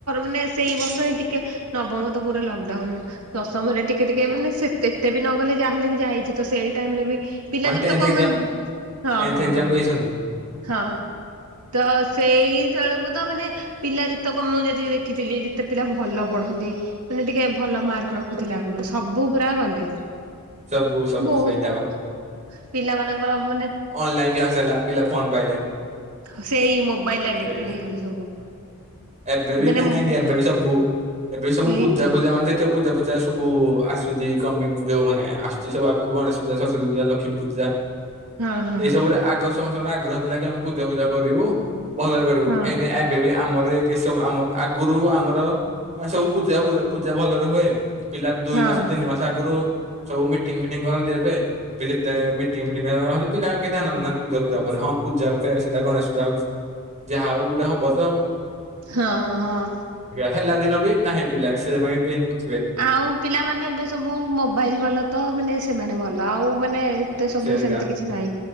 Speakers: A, on the right; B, on the right.
A: ମାନେ ସେଇ ବର୍ଷ ଟି କେ ନବମ ତ ପୁରା ଲକଡାଉନ। ଦଶମରେ ଟିକେ ଟିକେ ମାନେ ସେ ଏତେ ବି ନ ଗଲେ ଯାହେଲେ ବି ଯାଇଛି। ତ ସେ ଟାଇମ୍ ରେ ବି ପିଲା
B: ମାନେ
A: ଯେତେ
B: ଟେନ୍ଥ
A: କମ
B: ଏକ୍ଜାମ
A: ହଁ
B: ଟେନ୍ଥ
A: ହଁ
B: ଏକ୍ଜାମ
A: ହଁ
B: ଦେଇଛନ୍ତି।
A: ହଁ ତ ସେଇ ତଳକୁ ତ ମାନେ ପିଲା ଯେ ତକ ମୁଁ ଯେତିକି ଦେଖିଥିଲି ଯେତେ ପିଲା ଭଲ ପଢନ୍ତି। ମାନେ ଟିକେ ଭଲ ମାର୍କ ରଖୁ ଥିଲା ଆଗରୁ ସବୁ ପୁରା ଗଲେ।
B: ସବୁ ସବୁ
A: ବହୁତ
B: ସେଇଟା ବା
A: <inaudible> ପିଲା ମାନଙ୍କର ମାନେ
B: ଅନଲାଇନ କ୍ଲାସ ହେଲା ପିଲା ଫୋନ ପାଇଲେ।
A: <inaudible> ସେଇ ମୋବାଇଲ ଆଡିକ୍ଟେଡ
B: ସେଇଟା
A: ହେଇଗଲେ ସବୁ।
B: ଏବେ ବି
A: ମାନେ
B: କାହିଁ ନାଁ ଏବେ ବି ସବୁ ଏବେ ସବୁ
A: ସେଇ
B: ପୂଜା
A: ତ
B: ପୂଜା ମାନେ ଜେତିକ ପୂଜା ଜା ସବୁ ଆସ ଶୁଚି କମିଙ୍ଗ ଯୋଉ ମାନେ ଆସୁଛି ସବୁ ଆଗକୁ ଗଣେଶ ପୂଜା ସରସ୍ଵତି ପୂଜା ଲକ୍ଷ୍ମୀ ପୂଜା।
A: ହଁ ହଁ
B: <inaudible> ଏଇସବୁରେ ଆଗରୁ ସମସ୍ତେ ଆଗ୍ରହ ଥିଲା କି ଆମେ ପୂଜା ଫୂଜା କରିବୁ। ବଜାର କରିବୁ
A: ହଁ
B: ଏଇନେ ଆ ମରେ କେ ସବୁ ଆମ ଆଗରୁ ଆମର ବା ସବୁ ପୂଜା ହୁଏ ପୂଜା ଭଲ କରୁ ଏ ପିଲା ଦୁଇ
A: ହଁ ହଁ
B: ମାସ ତିନି ମାସ ଆଗରୁ ସବୁ ମିଟିଙ୍ଗ୍ ଫିଟିଙ୍ଗ୍ କରନ୍ତି ଏବେ। ଏବେ ଯେତେ ମିଟିଙ୍ଗ୍ ଫିଟିଙ୍ଗ୍ ପିଲା ଆଉ କେ ଧ୍ୟାନ ଦଉନାହାନ୍ତି ପୂଜା ଫୂଜା ଉପରେ ହଁ ପୂଜା ଗୋଟେ ସେଇଟା ଗଣେଶ ପୂଜା ହଉ କି ଯାହାଉ ଗୋଟେ ହବ ଯାଉ
A: ହଁ ହଁ।
B: ହେଲା ଦିନ ବି ନାହିଁ ପିଲା ସେ ମିଟିଙ୍ଗ୍
A: ଆଉ ପିଲାମାନେ ଏବେ ସବୁ ମୋବାଇଲ ଭଲ ତ ମାନେ ସେମାନେ ଭଲ। ଆଉ ମାନେ ଏତେ ସବୁ
B: ସେଇଟା
A: ସେମତି କିଛି ନାହିଁ